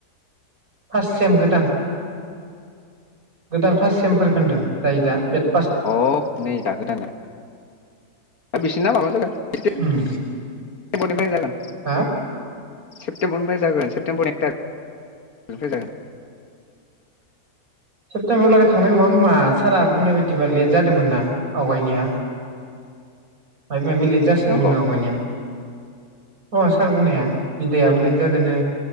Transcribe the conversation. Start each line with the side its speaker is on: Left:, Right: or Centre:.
Right: फास्ट सेम गोदान गोदान फार्स्ट सेमफोरखौ होन्दों जाय दा बे
Left: अ नै दा गोदाना बिसोरना माबा जागोन <unintelligible>
Right: उम
Left: जागोन
Right: हा
Left: सेप्तेम्बरनिफ्राय जागोन सेप्तेम्बरनि एक थारिखनिफ्राय जागोन
Right: सेप्तेम्बराव लागै थांनाय नङा खोमा सारा बुंनाय बायदिबा लेट जादोंमोन ना आवगायनिया बेलेग जासोदोंमोन
Left: नंगौ
Right: ना आवगायनिया अ सार बुंनाया बिदायाबो लेट जादोंनो